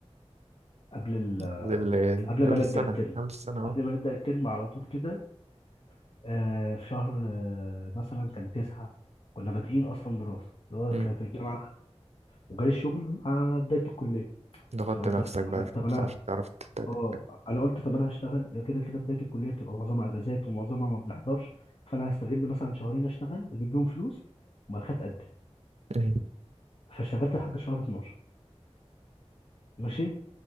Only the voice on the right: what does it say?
قبل ال-
قبل
السنة
قبل السنة اه
مم.
ضغطت
نفسك
بقى
في-
بس عشان تعرف تتقدم
مم.